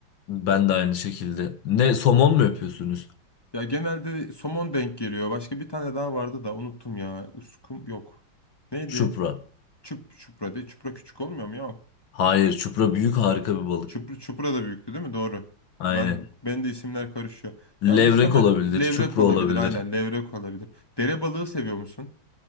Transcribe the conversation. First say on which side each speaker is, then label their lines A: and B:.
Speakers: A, on the left; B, on the left.
A: Ben de aynı şekilde. Ne somon mu yapıyorsunuz?
B: Ya genelde somon denk geliyor. Başka bir tane daha vardı da unuttum ya. Uskum yok. Neydi?
A: Çupra.
B: Çup, çupra değil. Çupra küçük olmuyor mu ya?
A: Hayır, çupra büyük harika bir balık.
B: Çupra, çupra da büyüktü değil mi? Doğru.
A: Aynen.
B: Ben ben de isimler karışıyor.
A: Levrek
B: Ya muhtemelen
A: olabilir,
B: levrek
A: çupra
B: olabilir.
A: olabilir.
B: Aynen levrek olabilir. Dere balığı seviyor musun?